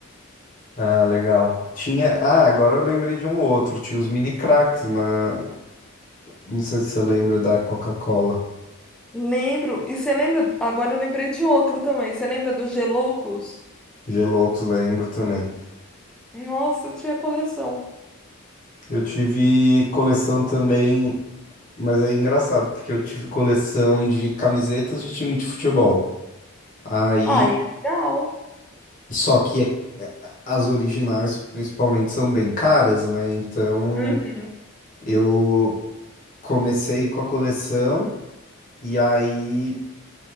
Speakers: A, on the left (about 35°); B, in the centre.
A: Ah, legal. Tinha. Ah, agora eu lembrei de um outro. Tinha os mini cracks na. Não sei se você lembra da Coca-Cola.
B: Lembro. E você lembra? Agora eu lembrei de outro também. Você lembra dos Geloucos?
A: Geloucos, lembro também.
B: Nossa, eu tinha coleção.
A: Eu tive coleção também, mas é engraçado, porque eu tive coleção de camisetas de time de futebol. Aí,
B: Ah, e é legal.
A: só que é- é, as originais, principalmente, são bem caras, né? Então,
B: Uhum.
A: eu comecei com a coleção e aí